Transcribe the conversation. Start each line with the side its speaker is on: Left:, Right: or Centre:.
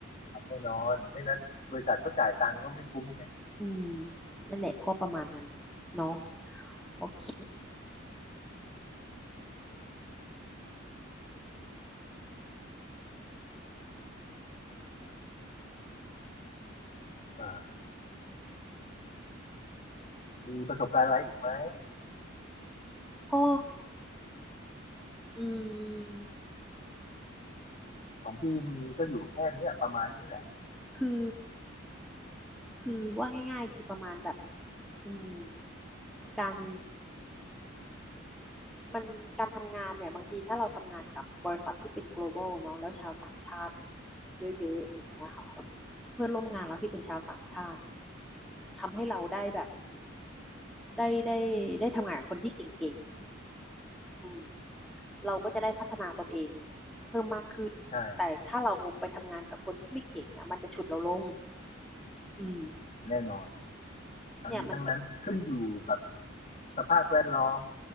Left: แน่นอนไม่นั้นบริษัทก็จ่ายตังค์ก็ไม่คุ้มไง
Centre: อืมนั่นแหละก็ประมาณนั้นเนาะโอเค
Left: อ่ามีประสบการณ์อะไรอีกไหม
Centre: ก็อืม
Left: ของพี่มีก็อยู่แค่เนี้ยประมาณนี้แหละ
Centre: คือคือว่าง่ายๆคือประมาณแบบอืมการ มันการทำงานเนี่ยบางทีถ้าเราทำงานกับบริษัทที่เป็น global เนาะแล้วชาวต่างชาติเยอะๆอย่างเงี้ยค่ะเพื่อนร่วมงานเราที่เป็นชาวต่างชาติทำให้เราได้แบบได้ได้ได้ทำงานกับคนที่เก่งๆอืมเราก็จะได้พัฒนาตนเองเพิ่มมากขึ้นแต่ถ้าเราไปทำงานกับคนที่ไม่เก่งอ่ะมันจะฉุดเราลง
Left: ใช่
Centre: อืม
Left: แน่นอนทั้งนี้ทั้งนั้นขึ้นอยู่กับ
Centre: เนี่ยมันก็
Left: สภาพแวดล้อม